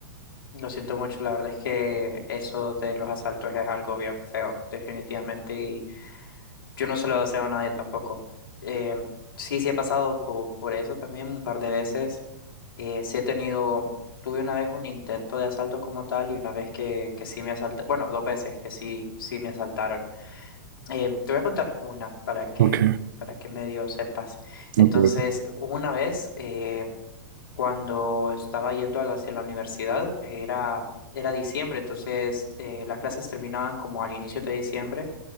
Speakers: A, on the left; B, on the right.
A: Lo siento mucho, la verdad es que eso de los asaltos es algo bien feo, definitivamente, y yo no se lo deseo a nadie tampoco. Eh, sí, sí he pasado po- por, eso también un par de veces. Eh, sí he tenido, tuve una vez un intento de asalto como tal y una vez que, que sí me asaltaron, bueno, dos veces que sí, sí me asaltaron. Eh, te voy a contar una para que,
B: Ok,
A: para que medio sepas. Entonces,
B: ok, ok.
A: hubo una vez... eh, Cuando estaba yendo a la, hacia la universidad era, era diciembre, entonces eh, las clases terminaban como al inicio de diciembre